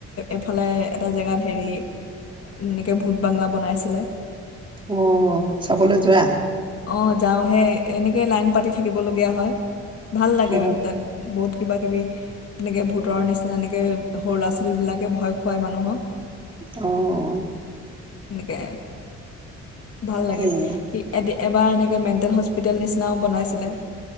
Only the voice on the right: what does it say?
অ চাবলৈ যোৱা
অ
আহ
সেয়া